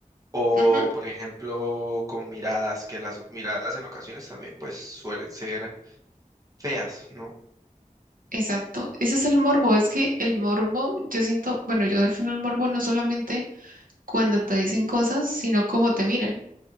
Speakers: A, on the right; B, on the right.
A: o,
B: ujú.
A: por ejemplo, con miradas, que las miradas en ocasiones también pues suelen ser feas, ¿no?
B: Exacto, ese es el morbo, es que el morbo, yo siento, bueno, yo defino el morbo no solamente cuando te dicen cosas, sino cómo te miran,